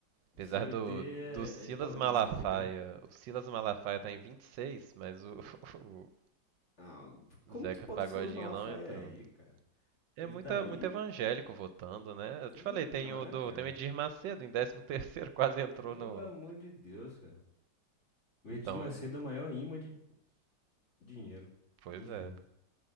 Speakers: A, on the left (about 35°); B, on the right (about 75°).
A: O
B: Apesar
A: CBT
B: do,
A: é,
B: do Silas
A: é de paulista,
B: Malafaia.
A: entendeu?
B: O Silas Malafaia tá em 26, mas o, <laughs> o
A: Ah, como
B: Zeca
A: que bota
B: Pagodinho
A: o Silas Malafaia
B: não entrou.
A: aí, cara?
B: É
A: Ele
B: muita,
A: tá aí?
B: muito evangélico votando, né? Eu
A: Pelo
B: te falei,
A: na,
B: tem o do,
A: cara.
B: tem o Edir Macedo em 13º, <laughs> quase entrou
A: Pelo
B: no.
A: amor de Deus, cara. O
B: Então,
A: Edir Macedo é o maior imã de dinheiro.
B: pois
A: Enfim.
B: é.